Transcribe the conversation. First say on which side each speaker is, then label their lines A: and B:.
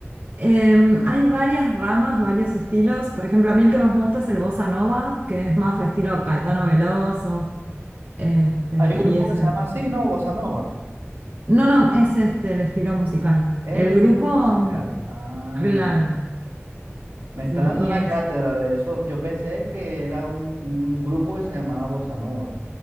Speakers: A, on the right; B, on the right.
A: Em, hay varias ramas, varios estilos. Por ejemplo, a mí el que más me gusta es el bossa nova, que es más estilo Caetano Veloso. Este,
B: Hay un
A: y
B: grupo
A: ese.
B: que se llama así, ¿no? Bossa Nova.
A: No, no, es este el estilo musical.
B: Es
A: El
B: el estilo
A: grupo,
B: musical.
A: mm,
B: Ah,
A: claro.
B: ok. Me está
A: Sí,
B: dando
A: y
B: una
A: en
B: cátedra de eso. Yo pensé que era un, un grupo que se llamaba Bossa Nova.